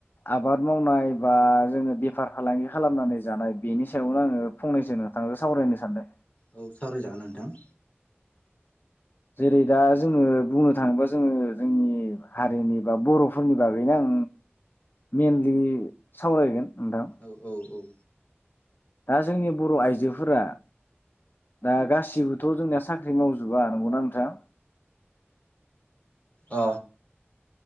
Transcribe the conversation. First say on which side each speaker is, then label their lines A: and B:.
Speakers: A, on the left; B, on the left.
A: आबाद मावनाय बा जोंङो बेफार फालांगि खालामनानै जानाय बेनि सायावनो आंङो फंनैसो नोंथां सावरायनो सानदों।
B: औ सावरायजागोन नोंथां।
A: जेरै दा जोंङो बुंनो थांङोबा जोंङो जोंनि हारिनि बा बर'फोरनि बागैनो आं मेनलि सावरायगोन नोंथां
B: औ औ औ।
A: दा जोंनि बर' आइजोफोरा दा गासिबोथ' जोंनिया साख्रि मावजोबा नंगौना नोंथां?
B: अ।